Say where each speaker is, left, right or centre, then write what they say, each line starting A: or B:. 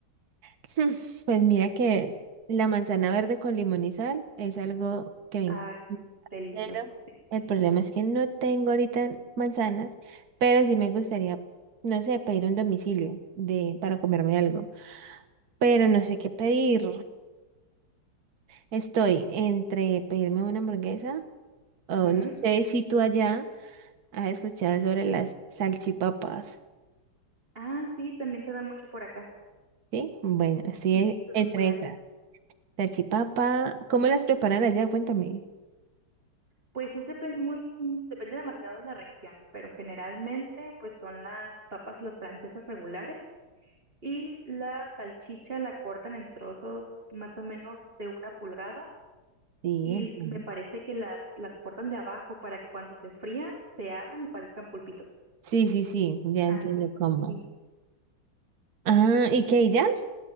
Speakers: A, on the right; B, on the right.
A: <laughs> Pues mira que la manzana verde con limón y sal es algo que me encanta.
B: Ay, sí, delicioso.
A: pero
B: sí, sí,
A: El
B: sí.
A: problema es que no tengo ahorita manzanas, pero sí me gustaría, no sé, pedir un domicilio de, para comerme algo. Pero no sé qué pedir. Estoy entre pedirme una hamburguesa. Oh,
B: Ujú.
A: no sé si tú allá has escuchado sobre las salchipapas,
B: Ah, sí, también se dan mucho por acá.
A: ¿sí? Bueno, sí,
B: Sí,
A: e-
B: son
A: entre
B: muy populares.
A: esas. Salchipapa, ¿cómo las preparan allá? Cuéntame.
B: Pues es depen- muy, mm, depende demasiado de la región, pero generalmente pues son las papas, los franceses regulares Y la salchicha la cortan en trozos más o menos de una pulgada
A: Sí,
B: y
A: entiendo.
B: me parece que las, las cortan de abajo para que cuando se frían se abran y parezcan pulpito.
A: Sí, sí, sí, ya
B: Así,
A: entiendo cómo.
B: sí.
A: Ah, ¿y qué, y ya?